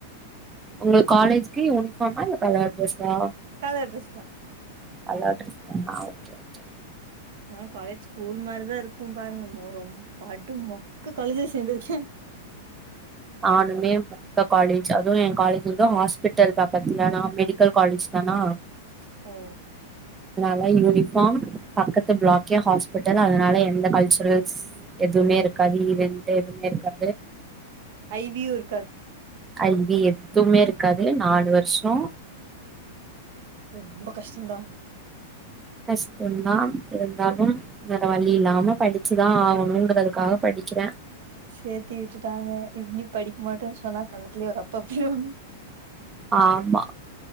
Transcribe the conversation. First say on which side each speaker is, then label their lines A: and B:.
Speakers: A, on the right (about 20°); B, on the right (about 65°).
A: உங்களுக் காலேஜ்க்கு யூனிஃபார்மா இல்ல கலர் ட்ரெஸா?
B: கலர் ட்ரெஸ்தா
A: கலர் ட்ரெஸ்தானா ஒக்கே ஒக்கே.
B: ஆனா காலேஜ் ஸ்கூல் மாரிதா இருக்கு பாருங்கமோ ரொம்ப படு மொக்க காலேஜ்வ சேந்திருக்க.
A: ஆனுமே மொக்க காலேஜ் அதுவு என் காலேஜ் வந்து ஹாஸ்பிட்டல் பக்கத்துல நா மெடிக்கல் காலேஜ் தானா
B: ஓ
A: ல யூனிஃபார்ம் பக்கத்து பிளாக்கே ஹாஸ்பிட்டல் அதனால எந்த கல்ச்சுரல்ஸ் எதுமே இர்க்காது ஈவண்டு எதுமே இர்க்கா
B: ஐவியூர்
A: ஐவி எதுமே இருக்காது. நாலு வர்ஷோ
B: ஓ ரொம்ப கஷ்டந்தா
A: கஷ்டந்தா இருந்தாலும் வேற வழி இல்லாம படிச்சுதா ஆகணுன்றதுக்காக படி படிக்கிற.
B: சேத்தி விட்டுட்டாங்க இன்னி படிக் மாட்டோன்னு சொன்னா கன்னத்துலயே ஒரு அப்பப்பீருவாங்.
A: ஆமா